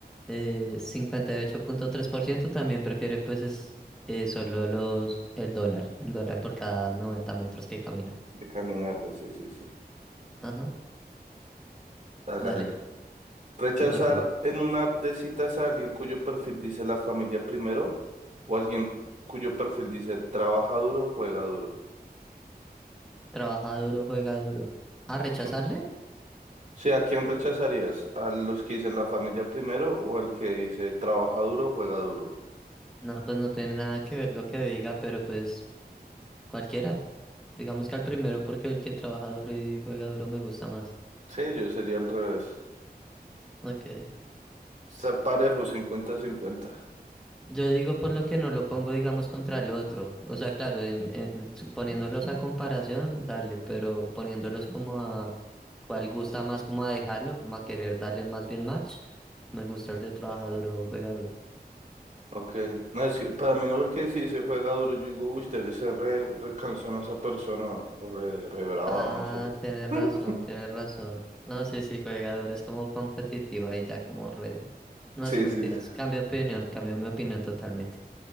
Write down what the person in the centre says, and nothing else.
eh, cincuenta y ocho punto tres por ciento también prefiere pues es eh, solo los el dólar, el dólar por cada 90 metros que camina.
Ajá,
dale,
te toca.
Trabaja duro, juega duro. ¿A rechazarle?
No, pues no tiene nada que ver lo que diga, pero pues Cualquiera. Digamos que al primero porque el que trabaja duro y juega duro me gusta más.
Okay.
Yo digo por lo que no lo pongo, digamos, contra el otro. O sea, claro, en, en- su- poniéndolos a comparación, dale, pero poniéndolos como a cuál gusta más, como a dejarlo, como a querer darle más bien match, me gusta el de trabaja duro, juega duro.
Ah,
tienes razón,
tienes razón. No, sí, sí, juega duro, es como competitivo ahí ya como re... No,
sí, mentiras.
Cambio de opinión, cambio mi opinión totalmente.